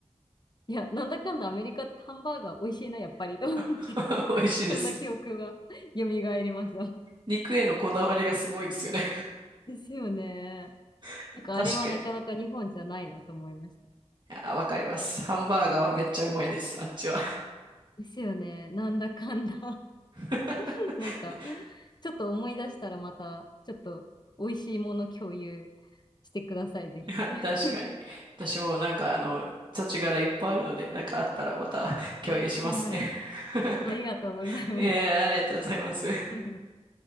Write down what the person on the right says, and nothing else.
<laughs>
美味しいです。
肉へのこだわりがすごいですよね。
<laughs>
確かに。あ、わかります。ハンバーガーはめっちゃうまいです。あっちは。
<laughs>
<laughs> 確かに。
私もなんかあの、土地柄いっぱいあるので、なんかあったらまた <laughs> 共有しますね。
<laughs>
えー、ありがとうございます。